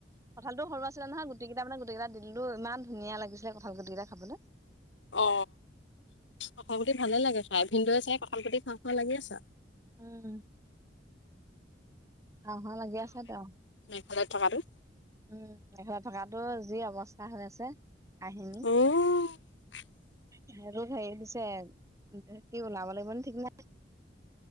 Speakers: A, on the right; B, on the left.
A: কঁঠাল কঁঠালটো সৰু আছিলে নহয় গুটি কিতা মানে গোটেইকেইটা দিলো ইমান ধুনীয়া লাগিছিলে কঁঠাল গুটি কেইটা খাবলৈ।
B: অ কঁঠাল গুটি ভালে লাগে খায়, ভিনদেউ চাগে কঁঠাল গুটি খাওঁ খাওঁ লাগি আছে।
A: উম। খাওঁ খাওঁ লাগি আছে তেওঁ
B: বাহিৰত থকা তো
A: উম বাহিৰত থকাটো যি অৱস্থা হৈ আছে কাহিনী।
B: অ <inaudible>
A: সেইটো ধৰি ৰাখিছে সি ওলাব লাগিব নেকি ঠিক নাই?